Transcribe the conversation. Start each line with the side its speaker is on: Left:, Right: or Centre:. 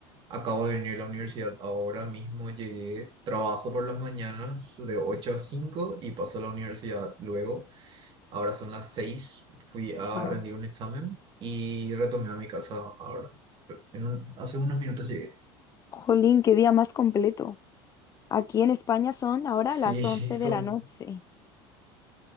Right: acabo de venir a la universidad ahora mismo, llegué, trabajo por las mañanas de 8 a 5 y paso a la universidad luego. Ahora son las seis fui a
Left: Guau.
Right: rendir un examen y retomé a mi casa ahora. En un- hace unos minutos llegué.
Left: Jolín, qué día más completo. Aquí en España son ahora
Right: Sí,
Left: las 11
Right: <laughs> son...
Left: de la noche.